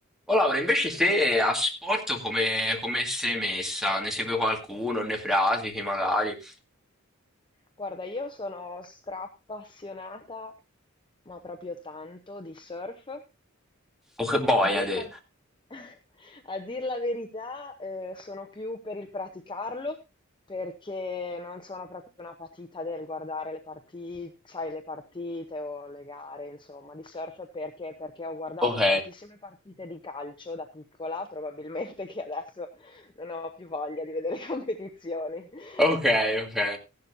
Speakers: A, in the centre; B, on the left.
A: Oh Laura, invece se a sport come, come sei messa? Ne segui qualcuno? Ne pratichi magari?
B: Guarda, io sono stra appassionata, ma proprio tanto, di surf.
A: O che boia
B: A dir
A: te?
B: la, <laughs> a dir la verità, eh, sono più per il praticarlo perché non sono proprio una patita del guardare le partite, sai, le partite o le gare, insomma, di surf perché, perché ho guardato
A: Ok,
B: tantissime partite di calcio da piccola, probabilmente che adesso non ho più voglia di vedere <laughs> competizioni. <laughs>
A: ok, ok,